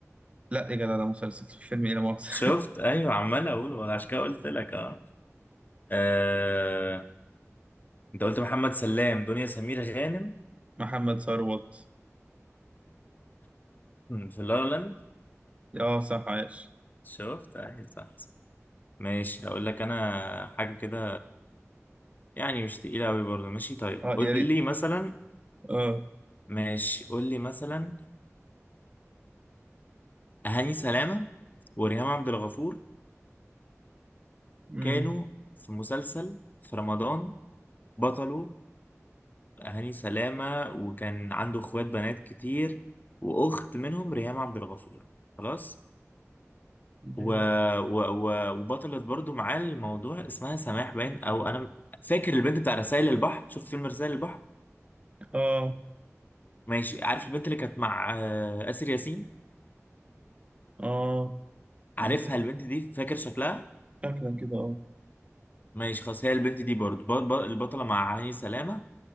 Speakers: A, on the right (about 25°); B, on the left (about 35°).
A: لا يا جدع ده مسلسل فيلم ايه لا مؤاخذة
B: شفت ايوه عمال اقول وانا عشان كده قلت لك اه آه، انت قلت محمد سلام دنيا سمير غانم
A: <laughs> محمد ثروت
B: في لا لا لاند
A: اه صح عايش
B: شفت ايوه صح ماشي هقول لك انا حاجه كده يعني مش تقيله قوي برضه ماشي طيب
A: اه
B: قول
A: يا ريت
B: لي مثلا
A: اه
B: ماشي قول لي مثلا هاني سلامه وريهام عبد الغفور
A: امم
B: كانوا في مسلسل في رمضان بطله هاني سلامه وكان عنده اخوات بنات كتير واخت منهم ريهام عبد الغفور خلاص
A: ده-
B: و... و... و... وبطلت برضه معاه الموضوع اسمها سماح باين او انا فاكر البنت بتاع رسائل البحر شوف فيلم رسائل البحر
A: اه
B: ماشي عارف البنت اللي كانت مع آه، آسر ياسين
A: اه
B: عارفها
A: أنا مش فاكر.
B: البنت دي فاكر شكلها
A: شكلا كده اه
B: ماشي خلاص هي البنت دي برضو ب- ب- البطلة مع هاني سلامة